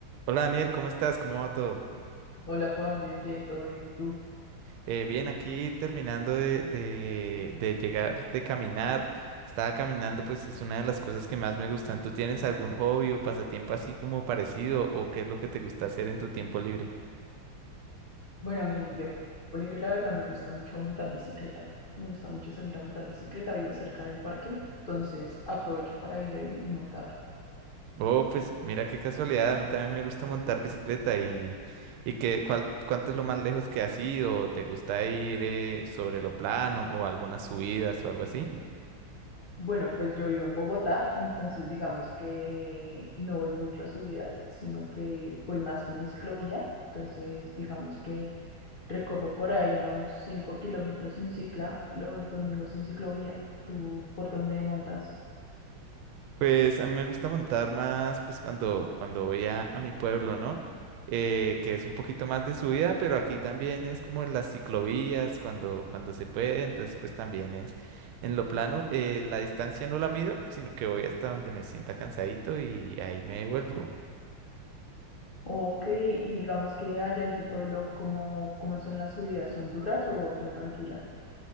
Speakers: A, on the right (about 80°); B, on the left (about 85°).
A: Hola Daniel, ¿cómo estás? ¿Cómo va todo?
B: Hola Juan, bien, bien, todo bien. ¿Y tú?
A: Eh, bien, aquí terminando de, de, de llegar, de caminar. Estaba caminando, pues es una de las cosas que más me gustan. ¿Tú tienes algún hobby o pasatiempo así como parecido o qué es lo que te gusta hacer en tu tiempo libre?
B: Bueno, a mí en mi tiempo libre, la verdad, me gusta mucho montar bicicleta. Me gusta mucho salir a montar bicicleta. Vivo cerca de un parque, entonces aprovecho para ir ahí y montar.
A: Oh, pues mira qué casualidad, a mí también me gusta montar bicicleta y, y qué, cuál, ¿cuánto es lo más lejos que has ido? ¿Te gusta ir eh, sobre lo plano o algunas subidas o algo así?
B: Bueno, pues yo vivo en Bogotá, entonces digamos que no voy mucho a subidas, sino que voy más como en ciclovía. Entonces, digamos que recorro por ahí unos 5 kilómetros en cicla y los domingos en ciclovía. ¿Tú por dónde montas?
A: Pues a mí me gusta montar más, pues cuando, cuando voy a, a mi pueblo, ¿no? Eh, que es un poquito más de subida, pero aquí también es como en las ciclovías, cuando, cuando se puede, entonces pues también es en lo plano. Eh, la distancia no la mido, sino que voy hasta donde me sienta cansadito y ahí me devuelvo.
B: Ok, y digamos que allá en tu pueblo, ¿cómo, cómo son las subidas? ¿Son duras o son tranquilas?